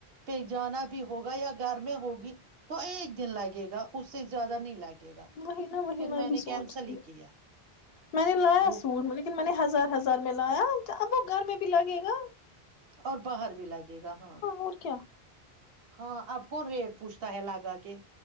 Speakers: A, on the right; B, on the left.
A: پہ جانا بھی ہوگا یا گھر میں ہوگی تو ایک دن لگے گا اس سے زیادہ نہیں لگے گا
B: وہی نا وہی
A: پھر
B: میں بھی
A: نے
B: سوچ
A: کینسل
B: رہی
A: ہی کیا
B: میں نے لایا
A: وہ
B: سوٹ لیکن میں نے ہزار ہزار میں لایا اب وہ گھر میں بھی لگے گا
A: اور باہر بھی لگے گا ہاں
B: اور کیا
A: ہاں آب کون ریٹ پوچھتا ہے لاگا کے